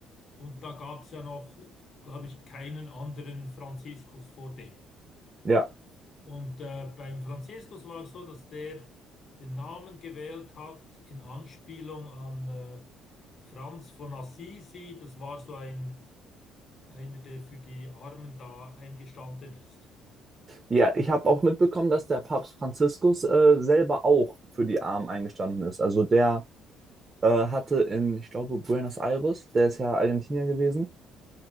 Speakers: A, on the left; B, on the right.
A: und da gab es ja noch, glaube ich, keinen anderen Franziskus vor dem.
B: ja.
A: Und äh, beim Franziskus war es so, dass der den Namen gewählt hat in Anspielung an äh, Franz von Assisi. Das war so ein, einer, der für die Armen da eingestanden ist.
B: Ja, ich habe auch mitbekommen, dass der Papst Franziskus äh, selber auch für die Armen eingestanden ist. Also der äh, hatte in, ich glaube, Buenos Aires, der ist ja Argentinier gewesen